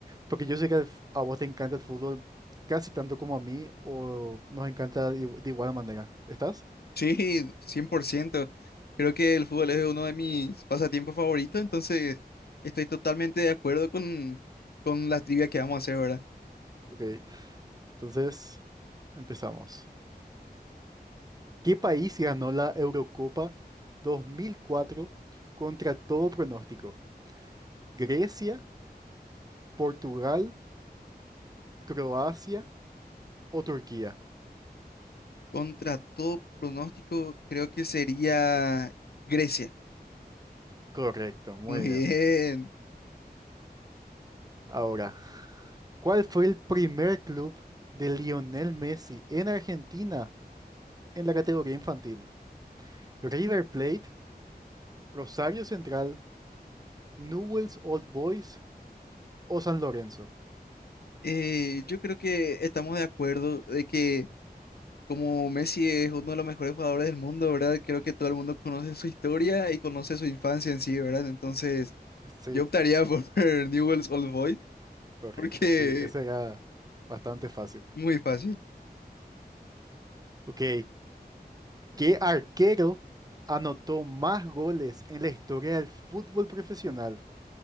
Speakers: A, on the right; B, on the left.
A: porque yo sé que al f- a vos te encanta el fútbol casi tanto como a mí, o nos encanta de, igu- de igual manera. ¿Estás?
B: Sí, 100%. Creo que el fútbol es uno de mis pasatiempos favoritos, entonces estoy totalmente de acuerdo con, con la trivia que vamos a hacer, ¿verdad?
A: Ok, entonces empezamos. ¿Qué país ganó la Eurocopa 2004 contra todo pronóstico? ¿Grecia? ¿Portugal? ¿Croacia? O Turquía.
B: Contra todo pronóstico, creo que sería Grecia.
A: Correcto, muy
B: Muy
A: bien.
B: bien.
A: Ahora, ¿cuál fue el primer club de Lionel Messi en Argentina en la categoría infantil? ¿River Plate, Rosario Central, Newell's Old Boys o San Lorenzo?
B: Eh, yo creo que estamos de acuerdo de que como Messi es uno de los mejores jugadores del mundo, ¿verdad? Creo que todo el mundo conoce su historia y conoce su infancia en sí, ¿verdad? Entonces
A: Sí,
B: yo optaría por <laughs> Newell's Old Boys
A: correcto,
B: porque
A: sí, ese era bastante fácil.
B: muy fácil.
A: Ok, ¿qué arquero anotó más goles en la historia del fútbol profesional?